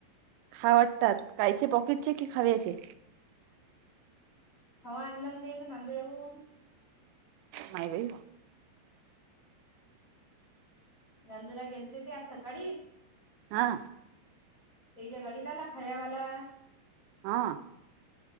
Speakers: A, on the right; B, on the left.
A: खा वाटतात कायचे पॉकेटचे की खाव्याचे?
B: हो ऑनलाइन देईन ना नांदूर वरून.
A: नाही बाई
B: नंदुरा गेलेते ते आज सकाळी
A: हां.
B: तेच्या गाडीत आला खयावाला.
A: हा